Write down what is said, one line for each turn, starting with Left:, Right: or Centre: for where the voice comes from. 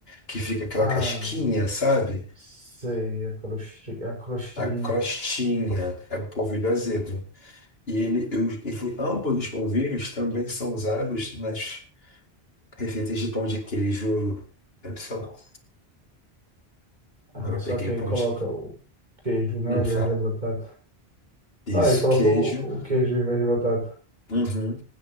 Left: que fica aquela
Right: Ah,
Left: casquinha, sabe?
Right: sei, a crostri- a crostrinha.
Left: A crostinha, é o polvilho azedo. E ele, eu, enfim, ambos os polvilhos também são usados nas receitas de pão de queijo tradicional.
Right: Ah,
Left: Agora eu
Right: só
Left: peguei
Right: que
Left: o
Right: aí
Left: pão
Right: coloca
Left: de.
Right: o queijo, né?
Left: Não
Right: Ao invés
Left: fala.
Right: da batata.
Left: Isso,
Right: Ah, e coloca
Left: queijo.
Right: o, o queijo ao invés da batata.
Left: Uhum.